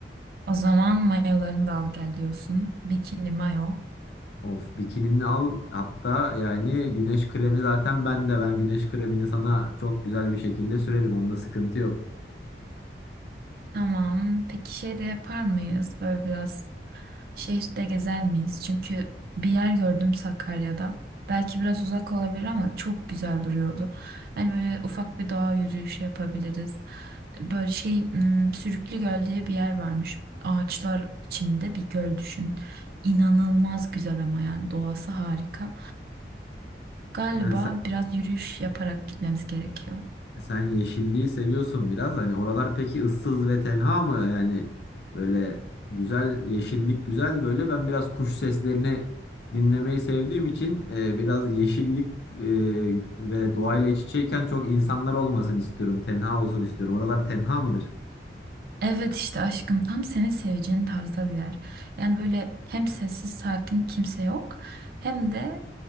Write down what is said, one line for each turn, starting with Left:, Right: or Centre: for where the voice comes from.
Right: O zaman mayolarını da al gel diyorsun. Bikini mayo.
Left: Of bikinini al hatta yani güneş kremi zaten bende ben güneş kremini sana çok güzel bir şekilde sürerim onda sıkıntı yok.
Right: Tamam. Peki şey de yapar mıyız? Böyle biraz şehirde gezer miyiz? Çünkü bir yer gördüm Sakarya'da. Belki biraz uzak olabilir ama çok güzel duruyordu. Yani böyle ufak bir doğa yürüyüşü yapabiliriz. Böyle şey hmm, Sürüklü Göl diye bir yer varmış. Ağaçlar içinde bir göl düşün. İnanılmaz güzel ama yani doğası harika. Galiba
Left: <laughs>
Right: biraz yürüyüş yaparak gitmemiz gerekiyor.
Left: Sen yeşilliği seviyorsun biraz. Hani oralar peki ıssız ve tenha mı? Yani böyle güzel yeşillik güzel böyle. Ben biraz kuş seslerini dinlemeyi sevdiğim için e, biraz yeşillik e, ve doğayla iç içeyken çok insanlar olmasın istiyorum. Tenha olsun istiyorum. Oralar tenha mıdır?
Right: Evet işte aşkım tam senin seveceğin tarzda bir yer. Yani böyle hem sessiz sakin kimse yok hem de